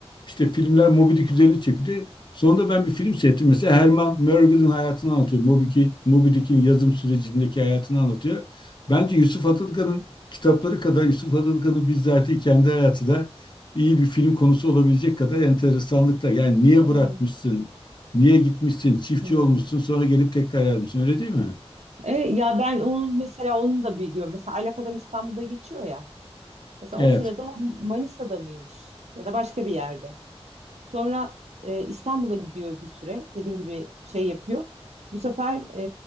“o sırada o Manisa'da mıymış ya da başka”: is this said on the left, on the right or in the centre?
Right